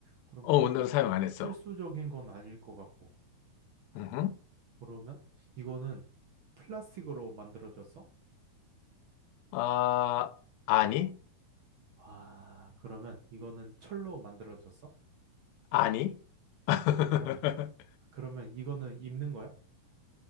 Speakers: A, on the right; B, on the left.
A: 그럼
B: 어,
A: 뭐
B: 오늘은 사용 안 했어.
A: 필수적인 건 아닐 것 같고.
B: 음.
A: 그러면 이거는 플라스틱으로 만들어졌어?
B: 아, 아니?
A: 아, 그러면 이거는 철로 만들어졌어?
B: 아니? <laughs>
A: 아, 잠깐만. 아, 그러면 이거는 입는 거야?